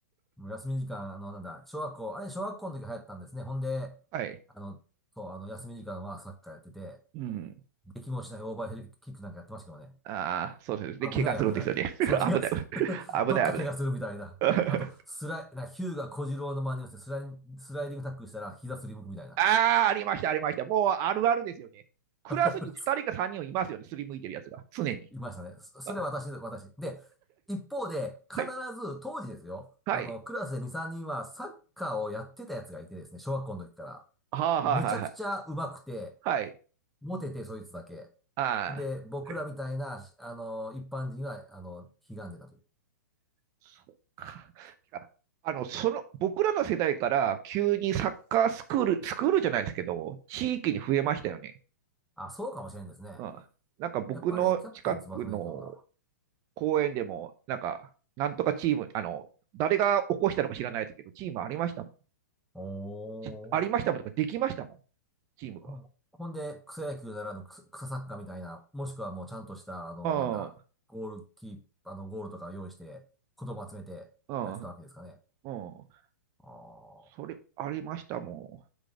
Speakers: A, in the centre; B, on the right.
A: もう休み時間、あの、なんだ、小学校、あれ、小学校の時流行ったんですね。ほんで、
B: ん。はい。
A: あの、そう、あの、休み時間はサッカーやってて、
B: うん。
A: できもしないオーバーヘルキックなんかやってましたけどね。
B: ああ、そうですね。
A: 危ない、
B: 怪我するんですよね。
A: 危ない。そう、
B: <laughs>
A: 怪我する。
B: 危ない。
A: <laughs>
B: 危ない、
A: どっか怪我するみたいな。
B: 危ない。<laughs>
A: あと、スライ、な、ヒューガ小次郎の真似をして、スライ、スライディングタックルしたら、膝すりむくみたいな。
B: ああ、ありました、ありました。もうあるあるですよね。クラスに2人か3人いますよね。
A: <laughs>
B: すりむいてるやつが。常に。
A: いましたね。そそれ私、
B: あ
A: 私。で、一方で、必ず、
B: はい。
A: 当時ですよ。
B: はい。
A: あの、クラスで2、3人はサッカーをやってたやつがいてですね、小学校の時から。
B: はあ、
A: めちゃくちゃ上手くて、
B: はい、はいはい。はい。
A: モテて、そいつだけ。
B: ああ。
A: で、僕らみたいな、
B: はい。
A: あの、一般人は、あの、ひがんでたという。
B: そっかあの、その、僕らの世代から急にサッカースクール、スクールじゃないですけど、地域に増えましたよね。
A: あ、そうかもしれんですね。
B: うん。なんか僕の近くの
A: やっぱりキャプテン翼の影響かな。
B: 公園でも、なんか、なんとかチーム、あの、誰が起こしたのか知らないですけど、チームありましたもん。
A: おー。
B: しありましたもんとか、できましたもん、チームが。
A: ほほんで、草野球ならぬ草草サッカーみたいな、もしくはもうちゃんとした、あの、
B: うん、
A: なんだ、ゴールキー、あの、ゴールとか用意して、子供集めてやってたわけですかね。
B: うん、うん。
A: あー
B: それ、ありましたも